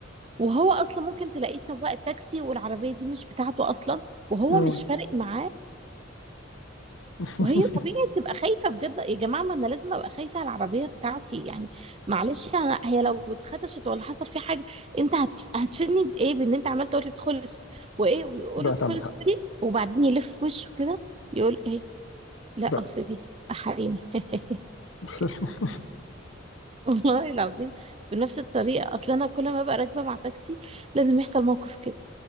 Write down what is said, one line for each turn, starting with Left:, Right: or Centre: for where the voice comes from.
Right: وهو أصلا ممكن تلاقيه سواق تاكسي والعربية دي مش بتاعته أصلا وهو
Left: امم
Right: مش فارق معاه
Left: <laughs>
Right: وهي طبيعي تبقى خايفة بجد يا جماعة ما أنا لازم أبقى خايفة على العربية بتاعتي يعني معلش أنا هي لو اتخدشت ولا حصل في حاجة أنت هت... هتفيدني بإيه بإن أنت عمال تقول لي ادخلي ادخلي وإيه ويقول
Left: ده
Right: ادخلي
Left: انت عندك
Right: ادخلي
Left: حق
Right: وبعدين يلف وشه كده يقول إيه لا
Left: ده
Right: أصل دي حريمي <laughs>
Left: <laughs>
Right: كده والله العظيم بنفس الطريقة أصل أنا كل ما ببقى راكبة مع تاكسي لازم يحصل موقف كده